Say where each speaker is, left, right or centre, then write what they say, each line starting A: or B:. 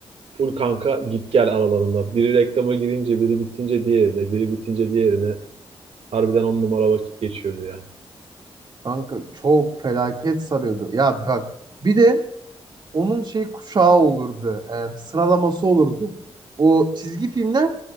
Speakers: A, on the right (about 70°); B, on the right (about 45°).
A: Full kanka git gel aralarında. Biri reklama girince, biri bitince diğerine, biri bitince diğerine. Harbiden on numara vakit geçiyordu ya.
B: kanka çok felaket sarıyordu. Ya bak bir de onun şey kuşağı olurdu. e, sıralaması olurdu. O çizgi filmler